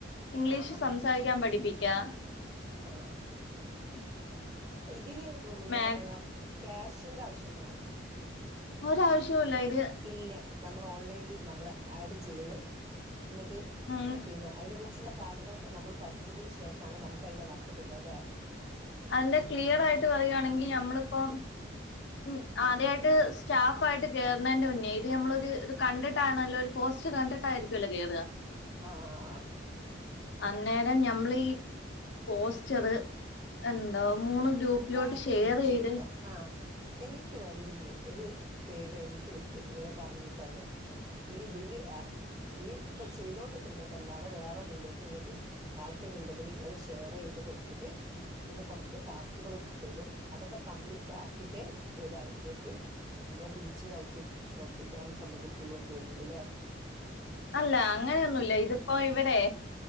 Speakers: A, on the left; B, on the right.
A: ഇംഗ്ലീഷ്
B: ആ ആ
A: സംസാരിക്കാൻ പഠിപ്പിക്കും. യാഹ്
B: ആഹ് ആഹ്
A: <inaudible>
B: ഇതിന് എന്താ
A: മാത്
B: പറയാ ക്യാഷിന്റെ ആവശ്യണ്ടോ?
A: ഒരാവശ്യോല്ല ഇത്.
B: ഇല്ല നമ്മൾ ഓൺലൈനിൽ നമ്മളെ ആഡ് ചെയ്യ്ന്ന് എന്നിട്ട്
A: ഉം
B: പിന്നെ അയ്നെ കുർച്ചുള്ള കാര്യങ്ങളൊക്കെ നമ്മള് പഠിച്ചതിന് ശേഷാണ് നമുക്ക് അതിന്റെ വർക്ക് തെരാ ല്ലെ
A: അയ്ന്റെ ക്ലിയറായിട്ട് പറയുകയാണെങ്കി നമ്മള് പ്പം ഉം ആദ്യായിട്ട് സ്റ്റാഫ് ആയിട്ട് കേറുന്നതിന്റെ മുന്നേ ഇത് നമ്മളൊരു ഇത് കണ്ടിട്ടാണല്ലോ ഒരു പോസ്റ്റ് കണ്ട് ട്ടായിരിക്കുല്ലോ കെറാ
B: ആഹ് ആഹ് ആഹ്
A: അന്നേരം ഞമ്മളീ പോസ്റ്ററ് എന്താ മൂന്ന് ഗ്രൂപ്പിലോട്ട്
B: സ്റ്റാറ്റസ്
A: ഷെയറെയ്ത്
B: വെച്ച് കൊടുക്ക ആഹ് എനിക്ക് വന്നിര്ന്ന് ഒരു പേര് എനിക്ക് വിട്ട് ഇങ്ങനെ പർഞ്ഞ് തന്ന് ഈ ഇതില് ഈ ഇപ്പൊ ചെയ്തൊണ്ടിരിക്ന്ന തല്ലാതെ വേറെന്തിലേക്ക് ഇങ്ങക്ക് താല്പര്യം ഇണ്ടെങ്കില് ഇങ്ങള് ഷെയറെയ്ത് കൊട്ത്തിട്ട് പിന്നെ കോർ ടാസ്ക് ക്ക്‌ കളും തരും അതൊക്കെ കംപ്ലീറ്റ് ആക്കിട്ടെ ഓല് അയ്ലേക്ക് നമ്മളെ ടീച്ചിങ് ആയിട്ടും പ്രവർത്തിക്കാൻ സമ്മതിക്കുള്ളുന്ന് തോന്ന്ണ്ട്ലെ
A: അല്ല അങ്ങനെയൊന്നുല്ല ഇത്പ്പോ ഇവരെ